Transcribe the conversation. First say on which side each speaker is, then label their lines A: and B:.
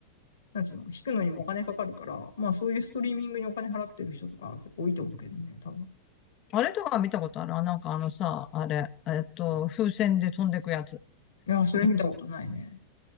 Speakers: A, on the left; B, on the left.
A: なんつうの、引くのにもお金かかるから、まあそういうストリーミングにお金払ってる人とか結構多いと思うけどね、多分。い
B: あれとか見たことあるあ、なんかあのさ、あれ、えっと、風船で飛んでくやつ。
A: やー、それ見たことないね。
B: お